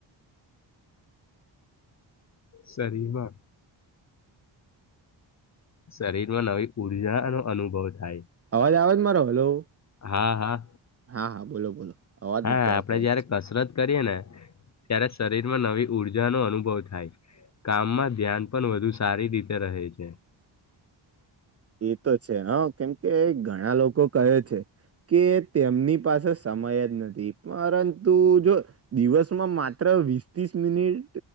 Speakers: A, on the left; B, on the right.
A: શરીરમાં શરીર માં નવી ઉર્જા નો અનુભવ થાય.
B: અવાજ આવે છે મારો હલો
A: હા હા
B: હા હા બોલો બોલો. અવાજ
A: હા
B: નતો
A: આપડે
B: આવતો વચ્ચે.
A: જયારે કસરત કરીએ ને ત્યારે શરીરમાં નવી ઊર્જાનો અનુભવ થાય કામમાં ધ્યાન પણ વધુ સારી રીતે રહે છે.
B: એતો છે, હા કેમ. કે ઘણા લોકો કહે છે, કે તેમની પાસે સમય જ નથી. પરંતુ જો દિવસમાં માત્ર વીસ ત્રીસ મિનિટ